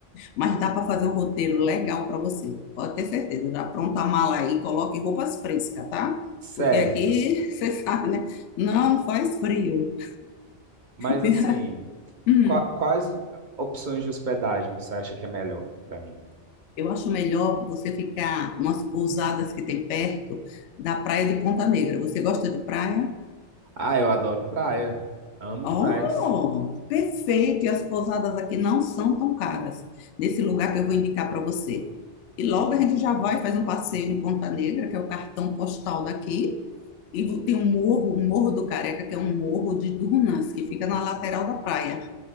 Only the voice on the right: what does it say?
Certo.
Mas
assim,
qua- quais opções de hospedagem você acha que é melhor para mim?
Ah, eu adoro praia. Amo
demais.